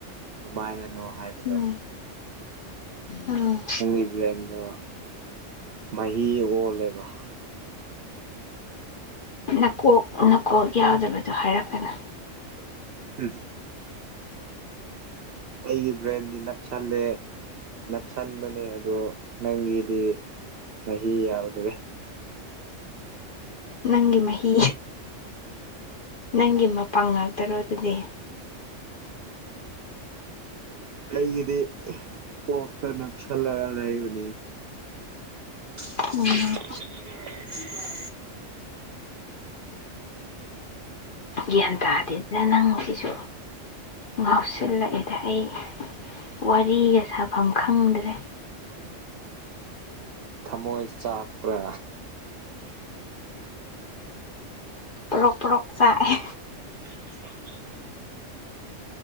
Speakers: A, on the right; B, on the left.
A: ꯀꯃꯥꯏꯅꯅꯣ ꯍꯥꯏꯕꯗꯣ
B: ꯎꯝ ꯎꯝ
A: ꯅꯪꯒꯤ ꯕ꯭ꯔꯦꯟꯗꯣ ꯃꯍꯤ ꯑꯣꯜꯂꯦꯕ
B: ꯅꯀꯣꯛ ꯅꯀꯣꯛ ꯌꯥꯎꯗꯕꯗꯣ ꯍꯥꯏꯔꯛꯀꯅꯣ
A: <unintelligible> ꯑꯩꯒꯤ ꯕ꯭ꯔꯦꯟꯗꯤ ꯅꯞꯁꯜꯂꯦ꯫ ꯅꯞꯁꯟꯕꯅꯦ ꯑꯗꯣ ꯅꯪꯒꯤꯗꯤ ꯃꯍꯤ ꯌꯥꯎꯗ꯭ꯔꯦ꯫
B: ꯅꯪꯒꯤ ꯃꯍꯤ ꯅꯪꯒꯤ ꯃꯄꯡ ꯉꯥꯛꯇꯔꯣ ꯑꯗꯨꯗꯤ꯫
A: ꯑꯩꯒꯤꯗꯤ ꯀꯣꯛꯇ ꯅꯞꯁꯜꯂꯒ ꯂꯩꯕꯅꯤ꯫ <inaudible>
B: ꯎꯝ ꯒ꯭ꯌꯥꯟ ꯇꯥꯗꯦꯗ ꯅꯪꯁꯤꯁꯨ꯫ ꯉꯥꯎꯁꯤꯜꯂꯛꯑꯦꯗ ꯑꯩ ꯋꯥꯔꯤꯒ ꯁꯥꯐꯝ ꯈꯪꯗꯔꯦ ꯫
A: ꯊꯝꯃꯣꯏ ꯆꯥꯛꯄ꯭ꯔꯥ꯫
B: ꯄ꯭ꯔꯣꯛ ꯄ꯭ꯣꯔꯛ ꯆꯥꯛꯑꯦ꯫
A: <unintelligible>